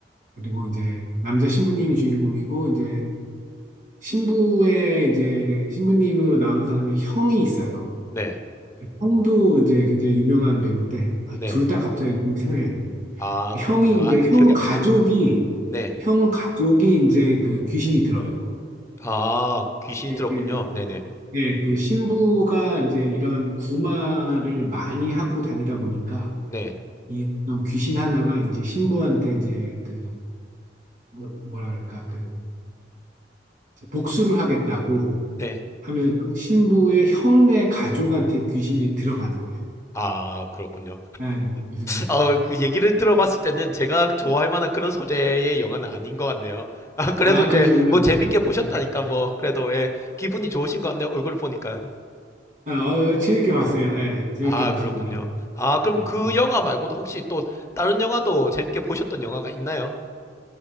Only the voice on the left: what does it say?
네,
네.
아,
그렇군요. 아,
기억이
안
나시죠? 네.
아, 귀신이
들었군요.
네네, 네,
네.
네.
아, 그렇군요.
어, 그 얘기를 들어봤을 때는 제가 좋아할 만한 그런 소재의 영화는 아닌 것 같네요. 아, 그래도
이제
뭐 재밌게 보셨다니까
뭐 그래도 예, 기분이 좋으신 것 같네요. 얼굴을 보니까.
아,
그렇군요. 아, 그럼
그
영화 말고도 혹시 또 다른 영화도 재밌게 보셨던 영화가 있나요?